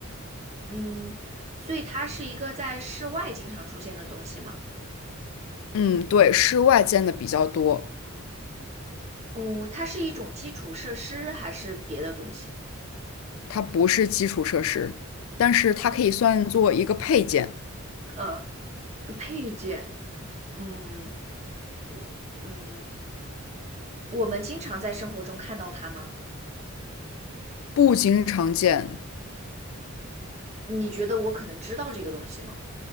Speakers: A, on the right; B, on the left.
A: 嗯，所以它是一个在室外经常出现的东西吗？
B: 嗯，对，室外见的比较多。
A: 嗯，它是一种基础设施还是别的东西？
B: 它不是基础设施，但是它可以算作一个配件，
A: 呃，一个配件。嗯，我嗯，我们经常在生活中看到它吗？
B: 不经常见。
A: 你觉得我可能知道这个东西吗？